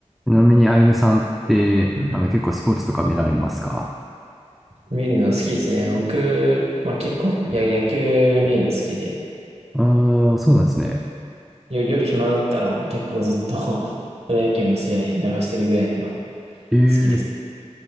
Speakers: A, in the centre; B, on the right.
A: ちなみに、あゆむさんって、
B: <laughs>
A: あの、結構スポーツとか見られますか
B: 見るの好きですね。僕、まあ結構、や、野球見るの好きで、
A: ああー、そうなんですね。
B: よ、夜暇だったら結構ずっと <laughs> プロ野球の試合流してるぐらいには
A: えー、
B: 好きです。